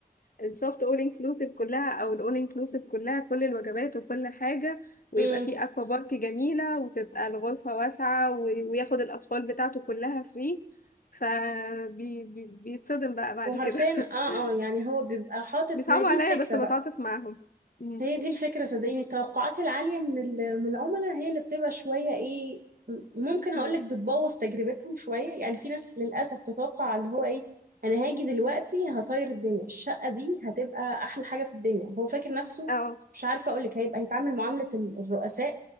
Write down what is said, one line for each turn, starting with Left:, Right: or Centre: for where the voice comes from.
Left: السوفت اول انكلوسيف كلها او الاول انكلوسيف كلها كل الوجبات وكل حاجه ويبقى
Right: امم
Left: فيه اكوا بارك جميلة وتبقى الغرفة واسعة و- وياخد الاطفال بتاعته كلها فري فبيتصدم بقى بعد
Right: وحرفيا
Left: كده
Right: اه
Left: <laughs>
Right: اه يعني هو بيبقى حاطط
Left: بيصعبوا
Right: ما هي دي
Left: عليا
Right: الفكرة
Left: بس
Right: بقى
Left: بتعاطف معاهم مم.
Right: هي دي الفكرة صدقيني التوقعات العالية من ال- من العملاء هي اللي بتبقى شوية ايه م- ممكن هقولك
Left: مم.
Right: بتبوظ تجربتهم شوية يعني في ناس للأسف تتوقع اللي هو ايه أنا هاجي دلوقتي هطير الدنيا الشقة دي هتبقى أحلى حاجة في الدنيا هو فاكر نفسه
Left: اه
Right: مش عارفة أقولك هيبقى هيتعامل معاملة ال- الرؤساء